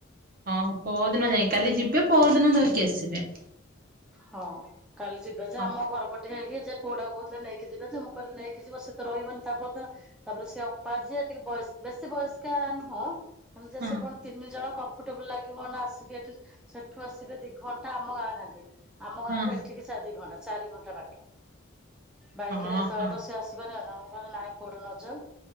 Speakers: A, on the right; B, in the centre.
A: ହଁ ପହର ଦିନ ଯାଇ କାଲି ଯିବେ ପହର ଦିନ ଧରିକି ଆସିବେ
B: ହଁ କାଲି ଯିବେ ଯେ
A: ହଁ
B: ଆମ ଘର ପ ଟେ ହେଇକି ସେ ପୁଅଟା କୁ କହୁଥିଲେ ନେଇକି ଯିବେ ଯେ ମୁଁ କହିଲି ନେଇକି ଯିବ ସେ ତ ରହିବନି ତା ପରଦିନ ତାପରେ ସେ ଅପା ଯିଏ ଟିକେ ବୟସ ବେଶୀ ବୟସ୍କା ନୁହଁ ଯେ
A: ହଁ
B: ସେ ପୁଣି ତିନି ଜଣ କମ୍ଫର୍ଟେବୁଲ ଲାଗିବ ନା ଆସିବେ ଏଠି ସେଠୁ ଆସିବେ ଦି ଘ ତ ଆମ ଗାଁ ଯାକେ ଆମ ଗାଁଠୁ
A: ହଁ
B: ଏଠିକି ଚାରି ଘଣ୍ଟା ଚାରି ଘଣ୍ଟା ବାଟ ବାଇକ
A: ହଁ
B: ରେ ଏତେ
A: ହଁ
B: ବାଟ ସେ ଆସିପାରିବେ ନା ମୁଁ କହିଲି ନାଇଁ ପୁଆଟା ନ ଯାଉ